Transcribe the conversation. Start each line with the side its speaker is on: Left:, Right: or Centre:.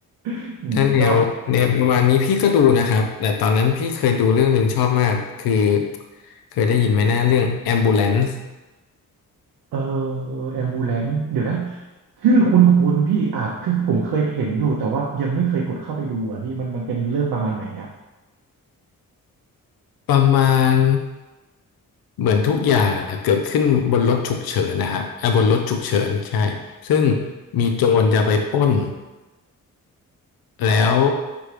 Right: <laughs> อืมก็
Left: ถ้าแนวแนวประมาณนี้พี่ก็ดูนะครับแต่ตอนนั้นพี่เคยดูเรื่องหนึ่งชอบมากคือเคยได้ยินไหมนะเรื่อง Ambulance
Right: เออแอมบูเลนเดี๋ยวนะชื่อคุ้นคุ้นพี่อาจคือผมเคยเห็นอยู่แต่ว่ายังไม่เคยกดเข้าไปดูอ่ะพี่มันมันเป็นเรื่องประมาณไหนอ่ะ
Left: ประมาณเหมือนทุกอย่างอะเกิดขึ้นบนรถฉุกเฉินนะครับอ่าบนรถฉุกเฉินใช่ซึ่งมีโจรจะไปปล้นแล้ว